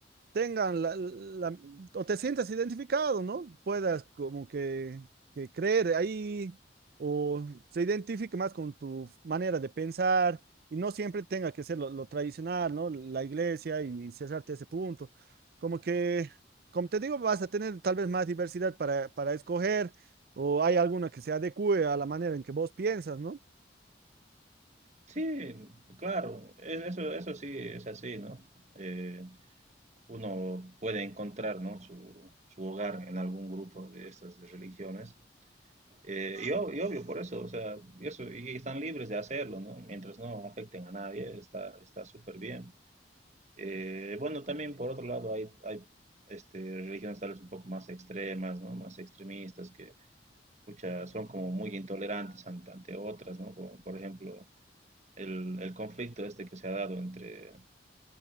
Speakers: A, on the right; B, on the right.
A: tengan la, la- o te sientas identificado, ¿no? Puedas como que, que creer ahí o se identifique más con tu manera de pensar y no siempre tenga que ser lo, lo tradicional, ¿no? La iglesia y cerrarte ese punto. Como que, como te digo, vas a tener tal vez más diversidad para, para escoger o hay alguna que se adecue a la manera en que vos piensas, ¿no?
B: Sí, claro, es- eso, eso sí es así, ¿no? Eh, uno puede encontrar, ¿no? su, su hogar en algún grupo de estas de religiones. Eh, y, ob- y obvio, por eso, o sea, y eso, y están libres de hacerlo, ¿no? Mientras no afecten a nadie, está, está súper bien. Eh, bueno, también por otro lado hay, hay este, religiones tal vez un poco más extremas, ¿no? Más extremistas que pucha, son como muy intolerantes ante, ante otras, ¿no? Como por ejemplo el, el conflicto este que se ha dado entre